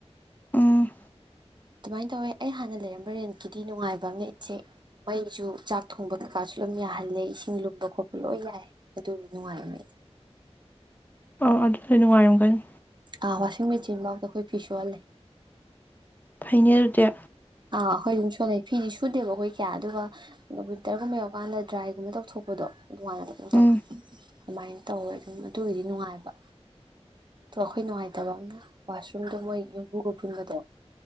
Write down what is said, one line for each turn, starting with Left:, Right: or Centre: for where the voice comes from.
Left: ꯎꯝ
Right: ꯑꯗꯨꯃꯥꯏꯅ ꯇꯧꯋꯦ ꯑꯩ ꯍꯥꯟꯅ ꯂꯩꯔꯝꯕ ꯔꯦꯟꯇꯨꯗꯤ ꯅꯨꯡꯉꯥꯏꯕ ꯑꯃꯅ ꯏꯆꯦ ꯃꯩꯁꯨ ꯆꯥꯛ ꯊꯣꯡꯕ ꯀꯩꯀꯥꯁꯨ ꯑꯗꯨꯝ ꯌꯥꯍꯜꯂꯦ ꯏꯁꯤꯡ ꯂꯨꯝꯕ ꯈꯣꯠꯄ ꯂꯣꯏ ꯌꯥꯏ ꯑꯗꯨ ꯅꯨꯡꯉꯥꯏꯝꯃꯦ꯫
Left: ꯑꯣ ꯑꯗꯨꯁꯨ ꯅꯨꯡꯉꯥꯏꯔꯝꯒꯅꯤ
Right: ꯑꯥ ꯋꯥꯁꯤꯡ ꯃꯦꯆꯤꯟ ꯐꯥꯎꯗ ꯑꯩꯈꯣꯏ ꯐꯤ ꯁꯨꯍꯜꯂꯦ
Left: ꯐꯥꯏꯅꯦ ꯑꯗꯨꯗꯤ
Right: ꯑꯥ ꯑꯩꯈꯣꯏ ꯑꯗꯨꯝ ꯁꯣꯟꯅꯩ ꯐꯤꯗꯤ ꯁꯨꯗꯦꯕ ꯑꯩꯈꯣꯏ ꯀꯌꯥ ꯑꯗꯨꯒ ꯋꯤꯟꯇꯔꯒꯨꯝꯕ ꯌꯧꯔꯀꯥꯟꯗ ꯗ꯭ꯔꯥꯏꯒꯨꯝꯕ ꯇꯧꯊꯣꯛꯄꯗꯣ ꯑꯗꯨꯀꯥꯟꯅ ꯑꯗꯨꯝ
Left: ꯎꯝ
Right: ꯇꯧꯋꯦ ꯑꯗꯨꯃꯥꯏꯅ ꯇꯧꯋꯦ ꯑꯗꯨꯝ ꯑꯗꯨꯒꯤꯗꯤ ꯅꯨꯡꯉꯥꯏꯕ ꯑꯩꯈꯣꯏ ꯅꯨꯡꯉꯥꯏꯇꯕ ꯑꯃꯅ ꯋꯥꯁꯔꯨꯝꯗꯣ ꯃꯣꯏ ꯌꯨꯝꯕꯨꯒ ꯄꯨꯟꯕꯗꯣ